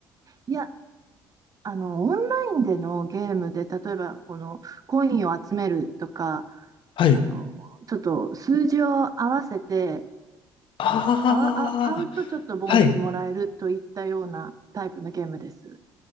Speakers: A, on the right; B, on the left.
A: いや、あの、オンラインでのゲームで、例えば、この、コインを集めるとか、
B: はい。
A: あの、ちょっと数字を合わせて、
B: ああ、
A: あわ、あ、合うとちょっとボーナスもらえるといったようなタイプのゲームです。
B: はい。